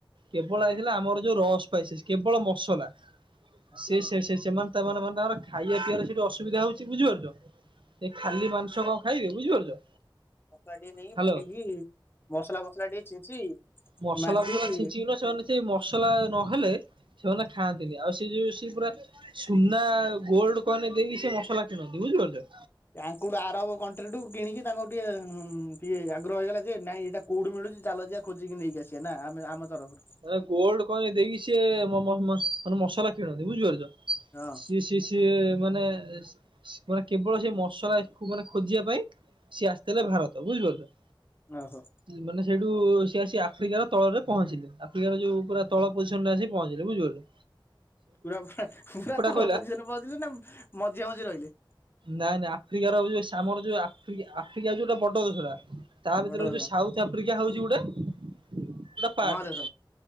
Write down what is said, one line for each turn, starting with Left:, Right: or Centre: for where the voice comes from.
Right: କେବଳ ଆସିିଥିଲେ ଆମର ଯୋଉ ରସ କେବଳ ମସଲା
Left: ମସଲା
Right: ସେ
Left: ପାଇଁ
Right: ସେ ସେ ସେମାନେ ତାମାନେ ମାନେ ତାଙ୍କର ଖାଇବା ପିଇବା ସେଠି ଅସୁବିଧା ହଉଛି ବୁଝିପାରୁଛ। ଏ ଖାଲି ମାଂସ କଣ ଖାଇବେ ବୁଝିପାରୁଛ।
Left: ମସଲା ଟିକେ ନେଇକି
Right: ହ୍ୟାଲୋ
Left: ପକେଇକି ମସଲା ଫସଲା ଟିକେ ଛିଞ୍ଚି
Right: ମସଲା
Left: ମାରିଦେଇକି
Right: ଫସଲା ଛିଞ୍ଚିକି ନୁହଁ ସେମାନେ ସେ ମସଲା ନହେଲେ ସେମାନେ ଖାଆନ୍ତିନି ଆଉ ସେ ଯୋଉ ସେ ପୁରା ସୁନା ଗୋଲ୍ଡ କଏନ ଦେଇି ସେ ମସଲା କିଣନ୍ତି ବୁଝିପାରୁଛ।
Left: ତାଙ୍କୁ ଆରବ କଣ୍ଟରୀ କିଣିକି ତାଙ୍କ ଟିକେଁ ଟିକେ ଆଗ୍ରହ ହେଇଗଲା ଯେ ନାଇଁ ଏଇଟା କୋଉଠି ମିଳୁଛି ଚାଲ ଜିଆ ଖୋଜିକି ନେଇକି ଆସିବା ନା ଆମେ ଆମ ତରଫରୁ
Right: ମାନେ ଗୋଲଡ କଏନେ ଦେଇକି ସିଏ ମାନେ ମସଲା କିଣନ୍ତି ବୁଝିପାରୁଛ
Left: ହଁ
Right: ସି ସି ସି ସଏ ମାନେ। ମାନେ କେବଳ ସେ ମସଲାକୁ ମାନେ ଖୋଜିବା ପାଇଁ ସିଏ ଆସିଥିଲେ ଭାରତ ବୁଝିପାରୁଛ।
Left: ଓହୋ
Right: ମାନେ ସେଇଠୁ ସିଏ ଆସିକି ଆଫ୍ରିକାର ତଳରେ ପହଞ୍ଚିଲେ। ଫ୍ରିକାର ଯୋଉ ପୁରା ତଳ ପୋଜିସନରେ ଆସିକି ପହଞ୍ଚିଲେ ବୁଝିପାରୁଛ।
Left: ପୁରା ପୁ ପୁରା ତଳ
Right: କହିଲା
Left: ପୋଜିସନରେ ପହଞ୍ଚିଲେ ନା ମଝିଆ ମଝି ରହିଲେ।
Right: ନାଇଁ ନାଇଁ ଆଫ୍ରିକାର ଆଉ ସମର ଆମର ଯଉ ଆଫ୍ରିକା ଆଫ୍ରିକା ଯୋଉଟା ବଡ ଦେଶଟା ତା ଭିତରେ
Left: ବଡ ଦେଶ
Right: ହଉଛି ସାଉଥ ଆଫ୍ରିକା ହଉଛି ଗୋଟେ ଗୋଟେ ପାର୍ଟ
Left: ମହାଦେଶ